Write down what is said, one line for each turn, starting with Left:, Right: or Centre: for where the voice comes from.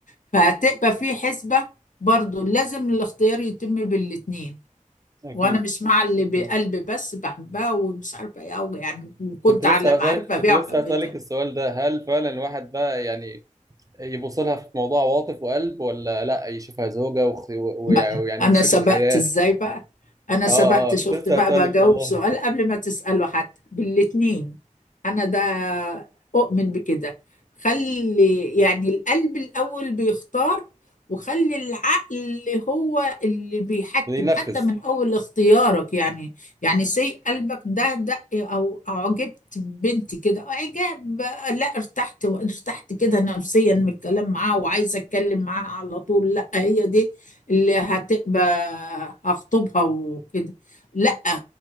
Left: فهتبقى في حسبة برضو لازم الاختيار يتم بالاتنين
Right: اكيد
Left: وانا مش مع اللي
Right: اكيد
Left: بقلب بس بحبها ومش عارفه ايه أوي يعني كنت
Right: كنت لسه
Left: على معرفه
Right: هسألك كنت
Left: بيها
Right: لسه
Left: وحبيتها
Right: هسألك السؤال ده هل فعلا الواحد بقى يعني يبص لها في موضوع عواطف وقلب ولا لا يشوفها زوجة وخ- و-
Left: بقى
Right: ويع- ويعني
Left: انا
Right: شريكة
Left: سبقت
Right: حياة
Left: ازاي بقى انا
Right: اه
Left: سبقت
Right: اه
Left: شفت
Right: كنت لسه
Left: بقى
Right: هسألك
Left: بجاوب
Right: والله
Left: سؤال قبل ما تسأله حتى بالاتنين انا ده اؤمن بكده خلي يعني القلب الاول بيختار وخلي العقل هو اللي بيحكم
Right: <laughs> ينفذ
Left: حتى من اول اختيارك يعني يعني سي قلبك ده دق او اعجبت بنت كده اعجاب لا ارتحت وارتحت كده نفسيا من الكلام معاها وعايزه اتكلم معاها على طول لا هي دي اللي هتبقى هخطبها وكده لا